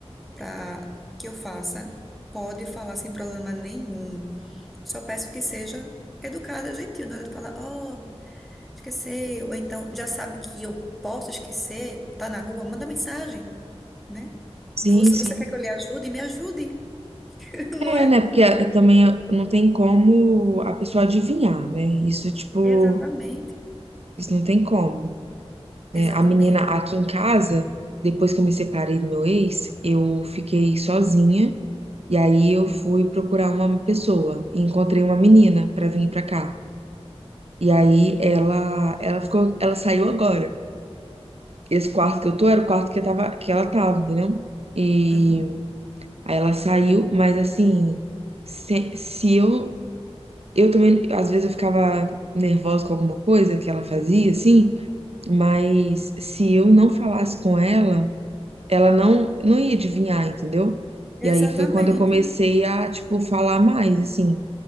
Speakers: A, in the centre; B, on the right (about 70°).
A: pra que eu faça, pode falar sem problema nenhum. Só peço que seja educada, gentil, não é de falar, ó, esqueci, ou então já sabe que eu posso esquecer, tá na rua, manda mensagem, né?
B: Sim,
A: Você,
B: sim.
A: você quer que eu lhe ajude? Me ajude, <laughs> não
B: É,
A: é?
B: né? Porque eh, também não tem como a pessoa adivinhar, né? Isso, tipo,
A: Exatamente,
B: isso não tem como.
A: exatamente.
B: né? A menina aqui em casa, depois que eu me separei do meu ex, eu fiquei sozinha e aí eu fui procurar uma pessoa e encontrei uma menina pra vir pra cá. E aí ela ela ficou, ela saiu agora. Esse quarto que eu tô era o quarto que eu tava, que ela tava, entendeu? E
A: Uhum.
B: aí ela saiu, mas assim, se, se eu eu também às vezes eu ficava nervosa com alguma coisa que ela fazia assim, mas se eu não falasse com ela ela não não ia adivinhar, entendeu? E
A: Exatamente,
B: aí foi quando eu comecei a, tipo, falar mais, assim.